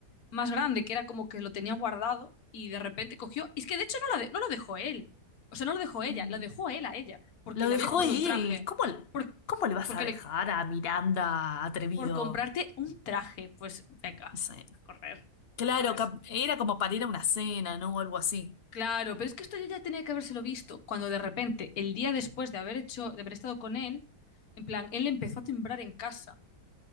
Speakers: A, on the left; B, on the left.
A: más grande, que era como que lo tenía guardado y de repente cogió. Es que de hecho no, la de- no lo dejó él. O sea, no lo dejó ella,
B: Mm,
A: lo dejó él a ella. Porque
B: Lo
A: le
B: dejó
A: había comprado
B: él.
A: un traje.
B: ¿Cómo,
A: Por,
B: cómo le vas
A: porque
B: a dejar
A: le,
B: a Miranda atrevido?
A: por comprarte un traje, pues venga,
B: No
A: a correr,
B: Claro,
A: ¿sabes?
B: cap- era como para ir a una cena, ¿no? O algo así.
A: Claro, pero es que esto yo ya tenía que habérselo visto cuando de repente, el día después de haber hecho, de haber estado con él, en plan, él empezó a timbrar en casa